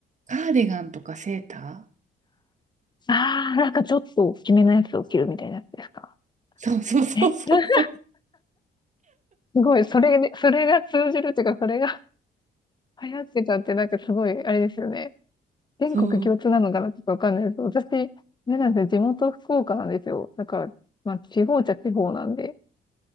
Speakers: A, on the right (about 35°); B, on the left (about 20°).
A: カーディガンとかセーター
B: あー、なんかちょっと大きめのやつを着るみたいなやつですか
A: そうそうそうそうそう。
B: え、<laughs> すごい、それで、それが通じるっていうか、それが <laughs> 流行ってたって、なんかすごい、あれですよね。全国共通なのかなちょっとわかんないです。
A: そう。
B: 私、あれなんですよ。地元福岡なんですよ。だから、まあ、地方っちゃ地方なんで、